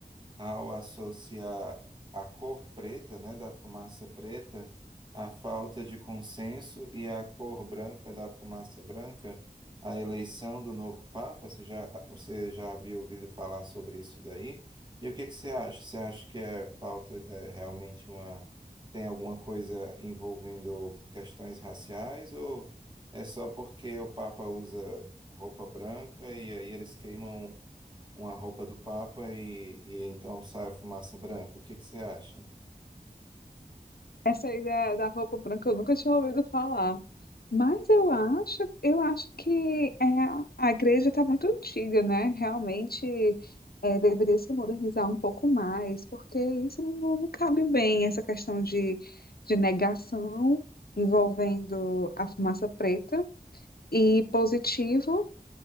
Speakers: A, on the right (about 30°); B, on the left (about 75°).
A: ao associar a cor preta, né, da fumaça preta, à falta de consenso e a cor branca da fumaça branca, a eleição do novo Papa. Você já, você já havia ouvido falar sobre isso daí? E o que que você acha? Você acha que é falta, é realmente uma, tem alguma coisa envolvendo questões raciais ou é só porque o Papa usa roupa branca e aí eles queimam uma roupa do Papa e, e então sai a fumaça branca. O que que você acha?
B: Essa aí da, da roupa branca eu nunca tinha ouvido falar. Mas eu acho, eu acho que é, a igreja está muito antiga, né? Realmente é, deveria se modernizar um pouco mais, porque isso não, não cabe bem, essa questão de, de negação envolvendo a fumaça preta e positivo